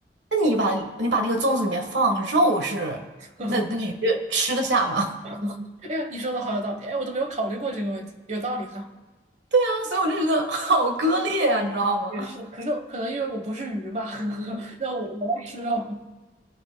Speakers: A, on the right (about 80°); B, on the right (about 40°).
A: 那你把你把那个粽子里面放肉是，
B: <laughs> 呵呵
A: 那那鱼吃得下吗？
B: 哎呀，
A: <laughs>
B: <laughs> 你说的好有道理，哎，我都没有考虑过这个问题，有道理哈。
A: 啊，所以我就觉得好割裂啊，你知道吗？
B: 也是，可是可能因为我不是鱼吧，<laughs> 让我我要吃肉，